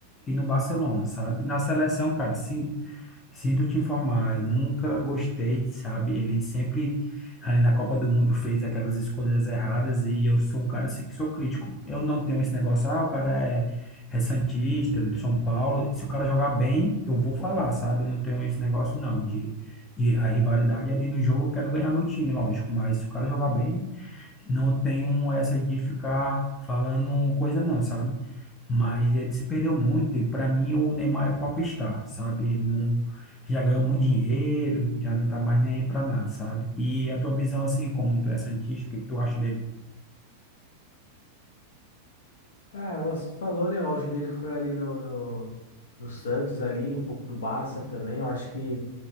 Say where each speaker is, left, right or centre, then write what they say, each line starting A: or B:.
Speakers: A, on the left; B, on the left.
A: e no Barcelona, sabe? Na seleção, cara, sin- sinto te informar, eu nunca gostei, sabe? Ele sempre ali na Copa do Mundo fez aquelas escolhas erradas e eu sou um cara assim, que sou crítico. Eu não tenho esse negócio, ah, o cara é É Santista, do São Paulo. Se o cara jogar bem, eu vou falar, sabe? Eu não tenho esse negócio, não, de, de a rivalidade ali no jogo, eu quero ganhar meu time, lógico. Mas se o cara jogar bem, não tenho essa de ficar falando coisa não, sabe? Mas ele se perdeu muito. e Para mim, o Neymar é popstar, sabe? Ele não já ganhou muito dinheiro, já não tá mais nem aí para nada, sabe? E a tua visão, assim, como tu é santista, o que que tu acha dele?
B: Cara, igual você falou, né? O auge dele foi ali no, no, no Santos, ali, um pouco do Barça também. Eu acho que,